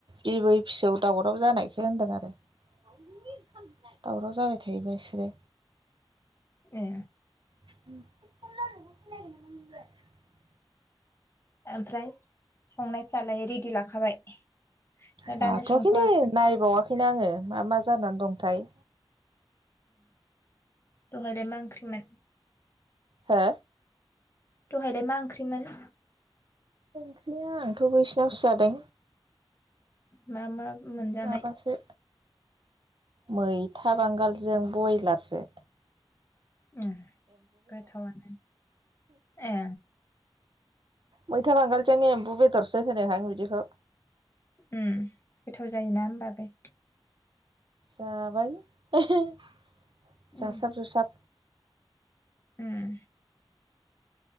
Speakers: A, on the right; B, on the left.
A: बिबै फिसौ दावराव जानायखौ होनदों आरो। दावराव जाबाय थायो बेसोरो।
B: ए।
A: <inaudible>
B: ओमफ्राय संनायफ्रालाय रेडि लाखाबाय। ना
A: लाथवाखोय
B: दानो संथ'वा
A: नो नायबावाखैनो आङो मा मा जानानै दंथाय।
B: दहायलाय मा ओंख्रिमोन।
A: हो।
B: दहायलाय मा ओंख्रिमोन।
A: ओंख्रिया आंथ' बैसिनावसो जादों।
B: मा मा। मोनजानाय
A: माबासो। मैथा बांगालजों बयलारजो।
B: ओ गोथावानो ए।
A: मैथा बांगालजों एम्बु बेदरसो होनोहां बिदिखौ।
B: उम गोथाव जायोना होमबाबो।
A: जाबाय जासाब
B: उम
A: जुसाब।
B: उम।